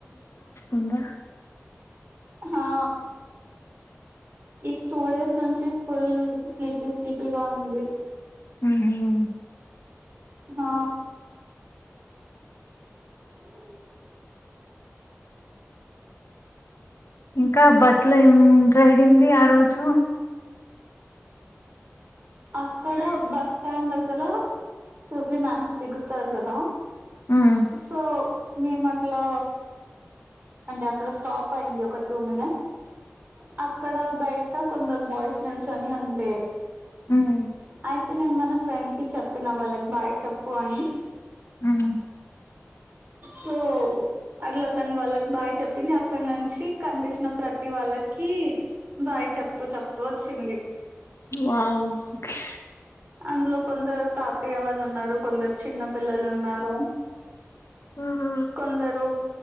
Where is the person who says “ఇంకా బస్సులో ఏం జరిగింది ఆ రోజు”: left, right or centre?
Left